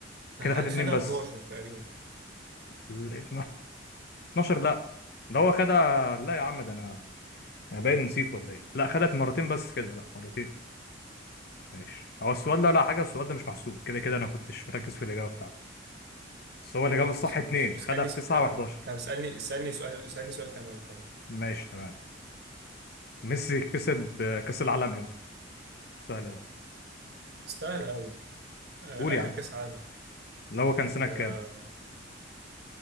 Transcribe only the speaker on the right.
أنا عارف-
خدها
12 تقريبا
خلاص
ماشي اسألني
س...
طب
طب اسألني اسألني سؤال اسألني سؤال كمان طب
سهل أوي آه،
آخر
كأس عالم
2000
آه،